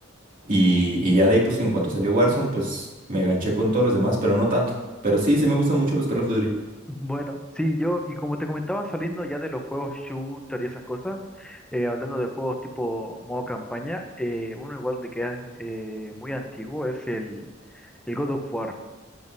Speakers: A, on the right (about 45°); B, in the centre.
A: Y, y ya de ahí, pues en cuanto salió Warzone, pues me ganché con todos los demás, pero no tanto. Pero sí, sí me gustan mucho los Call of Duty.
B: Bueno, sí, yo, y como te comentaba, saliendo ya de los juegos shooter y esas cosas, eh, hablando de juegos tipo modo campaña, eh, uno igual de que es eh, muy antiguo es el, el God of War.